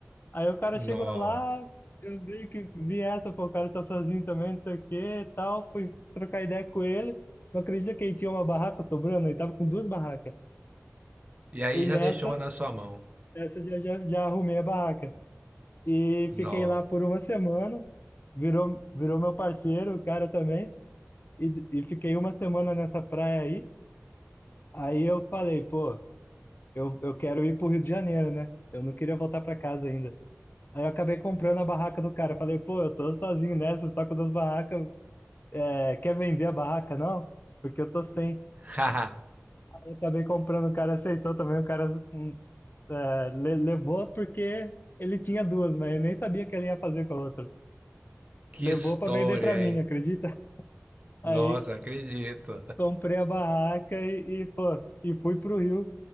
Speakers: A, on the left; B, on the right.
A: Aí o cara
B: Nossa.
A: chegou lá, eu meio que vi essa, pô, o cara tá sozinho também, não sei o que, tal, fui trocar ideia com ele. Não acredito que ele tinha uma barraca sobrando, ele tava com duas barracas.
B: E aí
A: E nessa,
B: já deixou uma na sua mão.
A: essa eu já, já, já arrumei a barraca. E
B: Nó.
A: fiquei lá por uma semana, virou, virou meu parceiro, o cara também, e, e fiquei uma semana nessa praia aí. Aí eu falei, pô, eu, eu quero ir pro Rio de Janeiro, né? Eu não queria voltar pra casa ainda. Aí eu acabei comprando a barraca do cara. Falei, pô, eu tô sozinho nessa, você tá com duas barracas. É, quer vender a barraca, não? Porque eu tô sem.
B: Haha,
A: Aí eu acabei comprando, o cara aceitou também, o cara hum, é, le- levou porque ele tinha duas, mas eu nem sabia que ele ia fazer com a outra.
B: <laughs> que
A: Levou
B: história,
A: pra vender pra mim,
B: hein?
A: acredita? <laughs> Aí
B: Nossa, acredito.
A: comprei a barraca e, e, pô, e fui pro Rio.